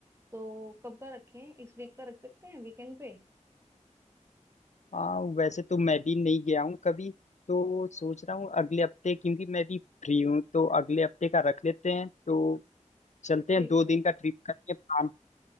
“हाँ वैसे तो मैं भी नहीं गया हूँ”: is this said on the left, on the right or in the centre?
Left